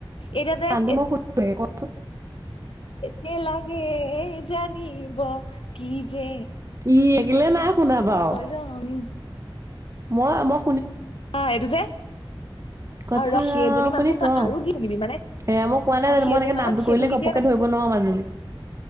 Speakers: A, on the left (about 80°); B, on the right (about 35°).
A: এতিয়া যে
B: গানটো মই সুধো কচোন <unintelligible>
A: নেলাগে জানিব কি যে
B: ই কেলে নাই শুনা বাৰু
A: হৈয়ন সেইটো য়ে
B: মই আমাৰ
A: এটো যে
B: কথা
A: আৰু ৰ সেইজনী মানুহত
B: শুনিছ
A: তই
B: অ
A: আৰু গীত শিকিবি মানে
B: সেয়া মই কোৱা নাই জানো
A: সেইজনী
B: মই এনেকে
A: মানুহত
B: নামটো
A: সেইটো
B: কৰিলে
A: গীতে
B: ঘপকে
A: ন
B: ধৰিব নোৱাৰো মানুহজনী।